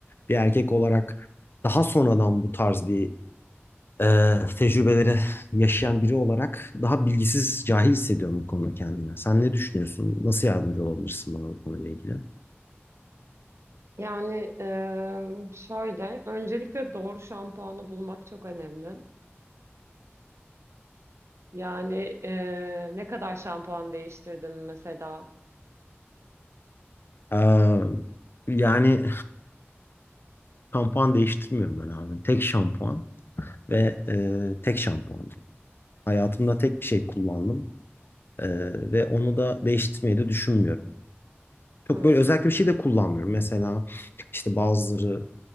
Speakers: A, on the left; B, on the right.
A: Bir erkek olarak daha sonradan bu tarz bir e, tecrübeleri yaşayan biri olarak daha bilgisiz, cahil hissediyorum bu konuda kendimi. Sen ne düşünüyorsun? Nasıl yardımcı olabilirsin bana bu konuyla ilgili?
B: Yani eee, şöyle, öncelikle doğru şampuanı bulmak çok önemli. Yani eee, ne kadar şampuan değiştirdin mesela?
A: E, yani şampuan değiştirmiyorum ben abi. Tek şampuan. ve e, tek şampuanım. Hayatımda tek bir şey kullandım E, ve onu da değiştirmeyi de düşünmüyorum.
B: Hmm.
A: Çok böyle özellikle bir şey de kullanmıyorum. Mesela işte bazıları